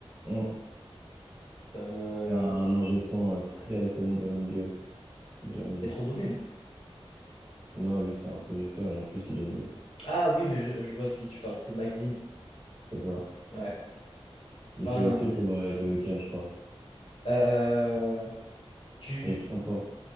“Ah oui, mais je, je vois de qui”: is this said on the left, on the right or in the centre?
Left